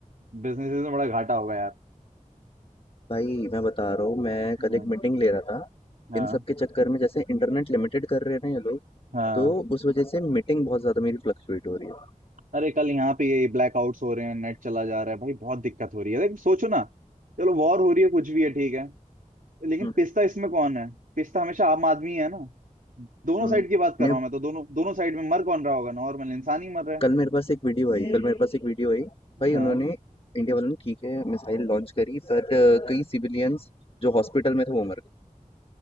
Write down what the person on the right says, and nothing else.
बिजनेसेस में बड़ा घाटा होगा यार
हाँ
हाँ
हाँ।
अरे कल यहाँ पे ये ब्लैकआउट्स हो रहे हैं नेट चला जा रहा है भाई बहुत दिक्कत हो रही है लेकिन सोचो ना चलो वॉर हो रही है कुछ भी है ठीक है लेकिन
पिसता इसमें कौन है पिसता हमेशा आम आदमी है ना दोनों
साइड की बात कर
रहा हूँ मैं तो दोनों दोनों साइड में मर कौन रहा होगा नॉर्मल इंसान ही मर रहा है
हाँ।